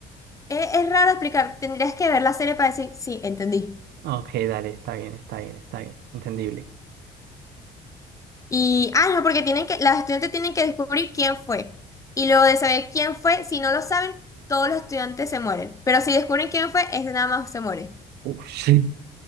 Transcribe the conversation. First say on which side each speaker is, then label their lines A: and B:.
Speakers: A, on the left; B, on the right.
A: es, es raro explicar, tendrías que ver la serie para decir, sí, entendí.
B: Ok, dale, está bien, está bien, está bien. Entendible.
A: Y, ah, no, porque tienen que, las estudiantes tienen que descubrir quién fue. Y luego de saber quién fue, si no lo saben, todos los estudiantes se mueren. Pero si descubren quién fue, ese nada más se muere.
B: Uf, sí.